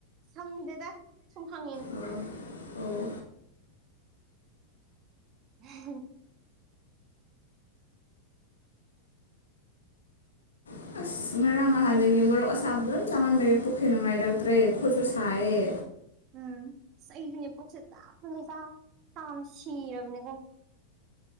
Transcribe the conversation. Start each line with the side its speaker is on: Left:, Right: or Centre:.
Right: ꯊꯝꯗꯦꯗ ꯁꯨꯝ ꯍꯪꯉꯤꯅꯤ
Left: ꯑꯣ ꯑꯣ
Right: <unintelligible>
Left: <unintelligible> ꯉꯔꯥꯡ ꯅꯍꯥꯟꯗꯒꯤ ꯃꯣꯔꯣꯛ ꯑꯁꯥꯕ ꯑꯗꯨꯝ ꯆꯥꯃꯟꯕꯒꯤ ꯄꯨꯁꯤ ꯅꯨꯡꯉꯥꯏꯔꯛꯇ꯭ꯔꯦ ꯈꯨꯠꯁꯨ ꯁꯥꯏꯌꯦ
Right: ꯎꯝ ꯑꯁ ꯑꯩꯖꯨꯅꯦ ꯄꯨꯛꯁꯦ ꯆꯥꯛꯄꯗ ꯆꯥꯛꯄꯗ ꯁꯤꯔꯕꯅꯦꯕ